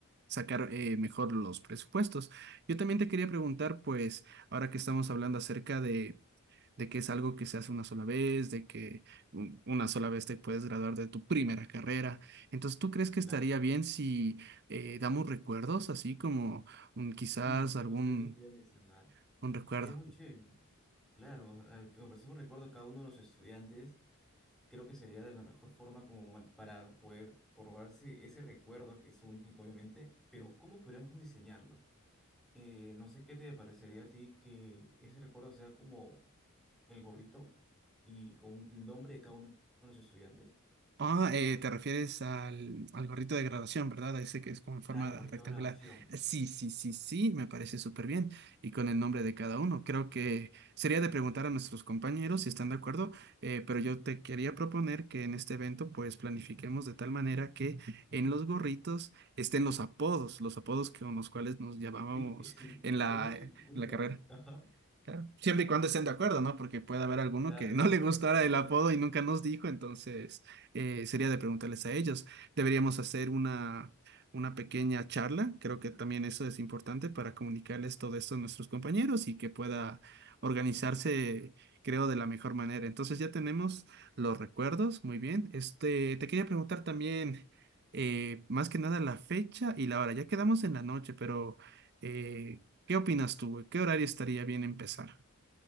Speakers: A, on the right; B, in the centre.
A: sacar eh, mejor los presupuestos. Yo también te quería preguntar, pues, ahora que estamos hablando acerca de de que es algo que se hace una sola vez, de que un- una sola vez te puedes graduar de tu primera carrera. Entonces, ¿tú crees que
B: claro.
A: estaría bien si eh, damos recuerdos, así como mm, quizás
B: Sí,
A: algún
B: justo eso te iba a mencionar.
A: un recuerdo?
B: Sería muy chévere, claro, eh, ofrecer un recuerdo a cada uno de los estudiantes creo que sería de la mejor forma como man- para poder corroborarse ese recuerdo que es único, obviamente, pero ¿cómo podríamos diseñarlo? Eh, no sé qué te parecería a ti que ese recuerdo sea como el gorrito y con un- el nombre de cada uno de los estudiantes.
A: Ah, eh, te refieres al, al gorrito de graduación, ¿verdad? A Ese que es como en forma
B: Claro, gorrito
A: rectangular.
B: de graduación.
A: Eh, Sí, sí, sí, sí, me parece súper bien. Y con el nombre de cada uno. Creo que sería de preguntar a nuestros compañeros si están de acuerdo, eh, pero yo te quería proponer que en este evento pues planifiquemos de tal manera que en los gorritos estén los apodos, los apodos con los cuales nos llamábamos
B: Sí, <laughs> eh, sí,
A: en
B: sería
A: la,
B: muy,
A: en
B: muy
A: la
B: grande.
A: carrera.
B: Ajá,
A: Claro. Siempre y cuando estén de acuerdo, ¿no? Porque puede haber alguno
B: claro.
A: que no le gustara
B: <laughs> Hay
A: el
B: algunas
A: apodo
B: que-
A: y nunca nos dijo, entonces eh, sería de preguntarles a ellos. Deberíamos hacer una, una pequeña charla, creo que también eso es importante para comunicarles todo esto a nuestros compañeros y que pueda organizarse, creo, de la mejor manera. Entonces ya tenemos los recuerdos, muy bien. Este, te quería preguntar también, eh, más que nada la fecha y la hora. Ya quedamos en la noche, pero... eh, ¿Qué opinas tú, güey? ¿Qué horario estaría bien empezar?